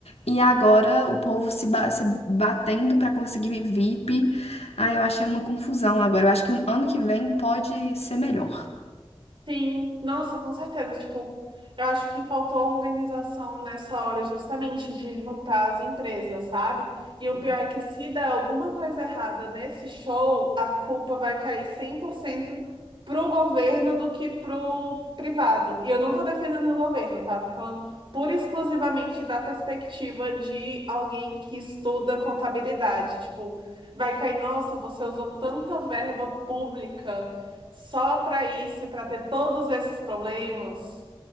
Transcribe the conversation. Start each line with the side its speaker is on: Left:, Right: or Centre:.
Left: e agora o povo se, ba- se batendo para conseguir VIP. Aí eu achei uma confusão agora. Eu acho que o ano que vem pode ser melhor.
Right: Sim, nossa, com certeza. Tipo, eu acho que faltou organização nessa hora, justamente de juntar as empresas, sabe? E o pior é que se der alguma coisa errada nesse show, a culpa vai cair 100% pro governo do que pro privado. E eu não tô defendendo o governo, tá? Eu tô falando pura e exclusivamente da perspectiva de alguém que estuda contabilidade. Tipo, vai cair, nossa, você usou tanta verba pública. Só para isso e para ter todos esses problemas.